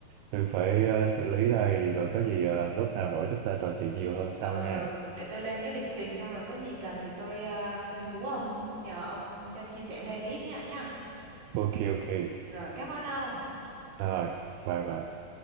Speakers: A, on the right (about 90°); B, on the right (about 70°).
A: tôi phải ờ, xử lý đây rồi có gì ờ, lúc nào rỗi chúng ta trò chuyện nhiều hơn sau
B: ừ
A: nha
B: ừ để tôi lên cái lịch trình xong rồi có gì cần thì tôi à, tôi hú ông nhờ ông cho chia sẻ thêm ít nhá nhá
A: ok ok
B: rồi cảm ơn ông
A: rồi bye bye